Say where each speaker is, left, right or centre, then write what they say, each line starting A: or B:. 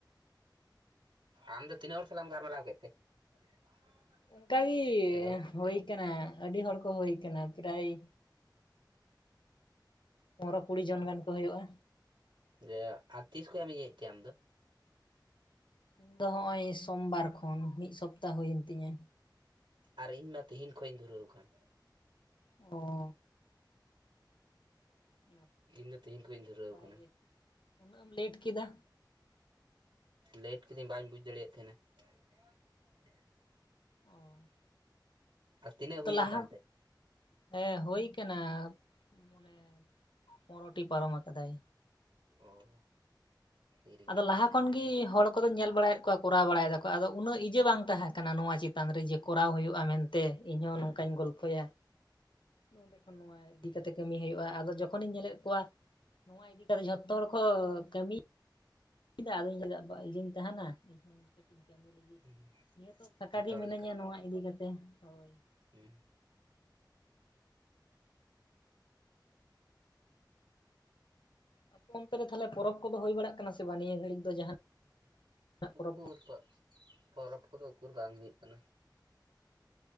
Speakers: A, on the right (about 80°); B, on the left (about 80°).
A: ᱟᱢ ᱫᱚ ᱛᱤᱱᱟᱹᱜ ᱦᱚᱲ ᱥᱟᱞᱟᱜ ᱮᱢ ᱜᱟᱞᱢᱟᱨᱟᱣ ᱠᱮᱫ ᱛᱮ <unintelligible>
B: ᱚᱝᱠᱟ ᱜᱤ
A: ᱦᱮᱞᱳ
B: ᱦᱩᱭ ᱠᱟᱱᱟ ᱟᱹᱰᱤ ᱦᱚᱲ ᱠᱚ ᱦᱩᱭ ᱠᱟᱱᱟ ᱯᱨᱟᱭᱤ ᱯᱚᱱᱨᱚ ᱠᱩᱲᱤ ᱡᱚᱱ ᱜᱟᱱ ᱠᱚ ᱦᱩᱭᱩᱜ-ᱟ
A: ᱡᱮ ᱟ ᱛᱤᱥ ᱠᱷᱚᱡ ᱮᱢ ᱤᱭᱟᱹᱭᱮᱫ ᱛᱮ ᱟᱢ ᱫᱚ
B: ᱤᱧ ᱫᱚ ᱦᱚᱸᱜᱼᱚᱭ ᱥᱚᱢᱵᱟᱨ ᱠᱷᱚᱱ ᱢᱤᱫ ᱥᱚᱯᱛᱟ ᱦᱩᱭᱮᱱ ᱛᱤᱧᱟ
A: ᱟᱨ ᱤᱧ ᱢᱟ ᱛᱤᱦᱤᱧ ᱠᱷᱚᱡ ᱤᱧ ᱫᱷᱩᱨᱟᱹᱣ ᱟᱠᱟᱱ
B: ᱚ <unintelligible>
A: ᱤᱧ ᱫᱚ ᱛᱤᱦᱤᱧ ᱠᱷᱚᱡ ᱤᱧ ᱫᱷᱩᱨᱟᱹᱣ
B: ᱱᱟᱯᱟᱭ
A: ᱟᱠᱟᱱᱟ
B: ᱜᱮ ᱩᱱᱟᱹᱜ ᱮᱢ ᱞᱮᱴ ᱠᱮᱫᱟ
A: ᱞᱮᱴ ᱠᱤᱫᱟᱹᱧ ᱵᱟᱹᱧ ᱵᱩᱡ ᱫᱟᱲᱮᱭᱟᱜ ᱛᱟᱦᱮᱱᱟ <unintelligible>
B: ᱚ
A: ᱟᱨ ᱛᱤᱱᱟᱹᱜ
B: ᱟᱫᱚ
A: ᱦᱩᱭᱮᱱ
B: ᱞᱟᱦᱟ
A: ᱛᱟᱢ ᱛᱮ
B: ᱦᱮᱸ ᱦᱩᱭ ᱠᱟᱱᱟ ᱢᱚᱱᱮ ᱯᱚᱱᱨᱚᱴᱤ ᱯᱟᱨᱚᱢ ᱟᱠᱟᱫᱟᱭ
A: ᱚ ᱫᱮᱨᱤ ᱜᱮ
B: ᱟᱫᱚ
A: ᱦᱩᱭ
B: ᱞᱟᱦᱟ
A: ᱠᱟᱱ
B: ᱠᱷᱚᱱ
A: ᱛᱟᱢᱟ
B: ᱜᱤ
A: ᱛᱟᱦᱚᱞᱮ
B: ᱦᱚᱲ ᱠᱚᱫᱚ ᱧᱮᱞ ᱵᱟᱲᱟᱭᱮᱫ ᱠᱚᱣᱟ ᱠᱚᱨᱟᱣ ᱵᱟᱲᱟᱭ ᱫᱟᱠᱚ ᱟᱫᱚ ᱩᱱᱟᱹᱜ ᱤᱡᱟᱹ ᱵᱟᱝ ᱛᱟᱦᱮᱸ ᱠᱟᱱᱟ ᱱᱚᱣᱟ ᱪᱮᱛ ᱛᱟᱝ ᱨᱮ ᱡᱮ ᱠᱚᱨᱟᱣ ᱦᱩᱭᱩᱜ-ᱟ ᱢᱮᱱᱛᱮ ᱤᱧᱦᱚᱸ ᱱᱚᱝᱠᱟᱧ
A: ᱦᱮᱸ
B: ᱜᱚᱞᱯᱷᱚᱭᱟ ᱱᱚᱸᱵᱮ ᱠᱷᱚᱱ ᱱᱚᱣᱟᱭ ᱤᱫᱤ
A: ᱦᱮᱸ
B: ᱠᱟᱛᱮ ᱠᱟᱹᱢᱤ ᱦᱩᱭᱩᱜ-ᱟ ᱟᱫᱚ ᱡᱚᱠᱷᱚᱱᱤᱧ ᱧᱮᱞᱮᱫ ᱠᱚᱣᱟ ᱱᱚᱣᱟ ᱤᱫᱤ ᱠᱟᱛᱮ ᱡᱷᱚᱛᱚ ᱦᱚᱲ ᱠᱚ ᱠᱟᱹᱢᱤ ᱪᱮᱫᱟᱜ ᱟᱹᱫᱚᱧ ᱪᱟᱞᱟᱜ ᱵᱟ ᱤᱭᱟᱹᱧ ᱛᱟᱦᱮᱱᱟ ᱤᱧ ᱦᱚᱸ ᱢᱤᱫ ᱠᱟᱹᱴᱤᱡ ᱤᱧ ᱠᱟᱹᱢᱤ ᱞᱟ
A: ᱦᱩᱸ
B: ᱱᱤᱭᱟᱹ ᱛᱚ ᱯᱷᱟᱸᱠᱟ
A: ᱡᱚᱛᱚ
B: ᱜᱮ
A: ᱦᱚᱲ
B: ᱢᱤᱱᱟᱹᱧᱟ ᱱᱚᱣᱟ ᱤᱫᱤ ᱠᱟᱛᱮ ᱦᱳᱭ ᱾
A: ᱦᱮᱸ
B: ᱟᱯᱮ ᱚᱱᱛᱮ ᱨᱮ ᱛᱟᱦᱚᱞᱮ ᱯᱚᱨᱚᱵᱽ ᱠᱚᱫᱚ ᱦᱩᱭ ᱵᱟᱲᱟᱜ ᱠᱟᱱᱟ ᱥᱮ ᱵᱟ? ᱱᱤᱭᱟᱹ ᱜᱷᱟᱹᱲᱤᱡ ᱫᱚ ᱡᱟᱦᱟᱱᱟᱜ ᱯᱚᱨᱚᱵᱽ
A: ᱩᱠᱩᱨ
B: ᱠᱚ
A: ᱛᱚ, ᱯᱚᱨᱚᱵᱽ ᱠᱚᱫᱚ ᱩᱠᱩᱨ ᱵᱟᱝ ᱦᱩᱭᱩᱜ ᱠᱟᱱᱟ ᱾